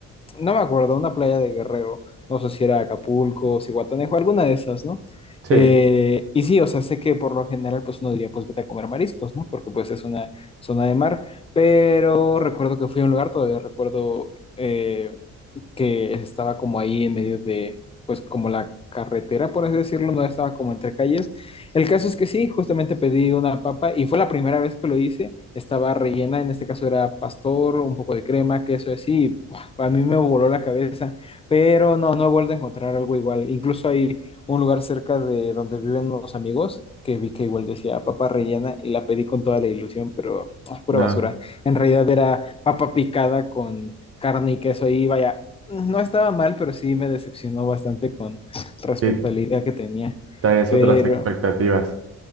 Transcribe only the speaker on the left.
no me acuerdo, una playa de Guerrero, no sé si era Acapulco, Zihuatanejo, alguna de esas, ¿no?
Eh, y sí, o sea, sé que por lo general, pues uno diría, pues vete a comer mariscos, ¿no? Porque pues es una zona de mar, pero recuerdo que fui a un lugar, todavía recuerdo eh, que estaba como ahí en medio de, pues como la carretera, por así decirlo, no estaba como entre calles. El caso es que sí, justamente pedí una papa y fue la primera vez que lo hice. Estaba rellena, en este caso era pastor, un poco de crema, queso así. y, ¡buah! A mí me voló la cabeza, pero no, no he vuelto a encontrar algo igual. Incluso hay un lugar cerca de donde viven unos amigos que vi que igual decía papa rellena y la pedí con toda la ilusión, pero ¡ah! pura
basura. En realidad era papa picada con carne y queso y vaya, no estaba mal, pero sí me decepcionó bastante con respecto
a la idea que tenía.
Pero